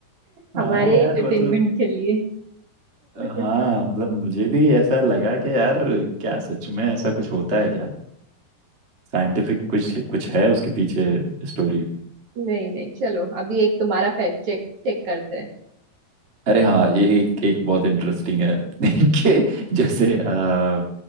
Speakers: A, on the right; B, on the right.
A: हाँ
B: हमारे
A: यार
B: एंटरटेनमेंट
A: मतलब
B: के लिए
A: अ, हाँ
B: <laughs>
A: मतलब मुझे भी ऐसा लगा कि यार क्या सच में ऐसा कुछ होता है क्या साइंटिफिक कुछ कुछ है उसके पीछे स्टोरी
B: नहीं नहीं चलो अभी एक तुम्हारा फैक्ट चेक चेक करते हैं
A: अरे हाँ ये एक एक बहुत इंटरेस्टिंग है <laughs> कि जैसे अ,